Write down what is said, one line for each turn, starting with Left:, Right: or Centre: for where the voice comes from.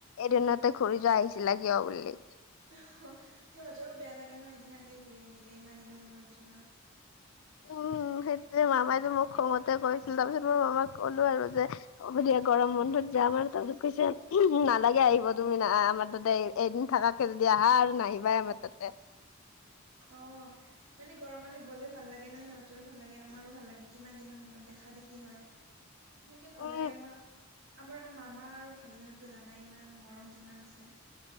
Left: এদিনতে ঘূৰি যোৱা আহিছিলা কিয় বুলি।
Right: অহ সিহঁতৰো বেয়া লাগে ন এদিন আগে ঘূৰি আহিলে, ইমান দিনৰ মূৰত যোৱা।
Left: উম', সেইটোৱে মামাই যে মোক খঙতে কৈছিল, তাৰ পিছত মই মামাক কলো আৰু যে। হ'ব দিয়া গৰম বন্ধত যাম আৰু তাৰপিছত কৈছে নালাগে আহিব তুমি না আমাৰ তাতে এদিন থাক তই যদি আহা আৰু নাহিবাই আমাৰ তাতে।
Right: অ', মানে ঘৰ মনুহ গ'লে ভাল লাগে না সিহঁত। সিহতৰো ভাল লাগে আমাৰো ভাল লাগে, কিমান দিনৰ মূৰত দেখা-দেখি হয় এনেকে ভাল
Left: উম
Right: লাগে আমাৰ। আমা- আমাৰ মামা আৰু ভাগিনৰতো জানাই ইমান মৰম কিমান আছে।